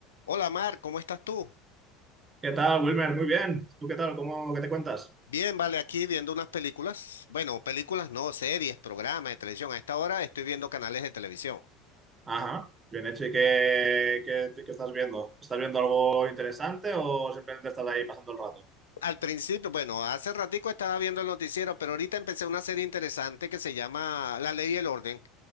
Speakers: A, on the left; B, on the right.
A: Hola Mar, ¿cómo estás tú?
B: ¿Qué tal, Wilmer? Muy bien. ¿Tú qué tal? ¿Cómo, qué te cuentas?
A: Bien, vale, aquí viendo unas películas. Bueno, películas no, series, programas de televisión. A esta hora estoy viendo canales de televisión.
B: Ajá, bien hecho. ¿Y qué, qué- qué estás viendo? ¿Estás viendo algo interesante o simplemente estás ahí pasando el rato?
A: Al principio, bueno, hace ratico estaba viendo el noticiero, pero ahorita empecé una serie interesante que se llama La Ley y el Orden